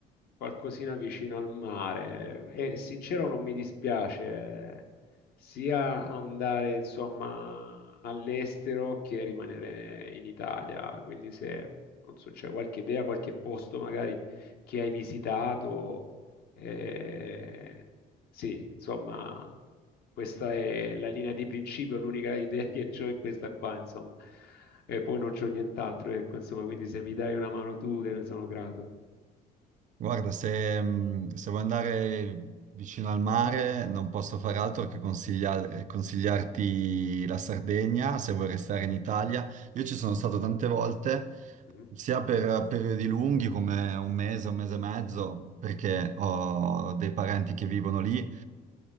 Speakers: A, on the left; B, on the right.
A: qualcosina vicino al mare e sincero non mi dispiace eh, sia andare insomma all'estero che rimanere in Italia, quindi se non so, c'è qualche idea, qualche posto magari che hai visitato, eh, sì, insomma questa è la linea di principio, l'unica idea che ho è questa qua, insomma. E poi non c'ho nient'altro, ecco, insomma, quindi se mi dai una mano tu, te ne sono grato.
B: Guarda, se, mh, se vuoi andare vicino al mare, non posso fare altro che consiglia- consigliarti la Sardegna, se vuoi restare in Italia. Io ci sono stato tante volte
A: Mhm.
B: sia per periodi lunghi come un mese, un mese e mezzo, perché ho dei parenti che vivono lì, eh,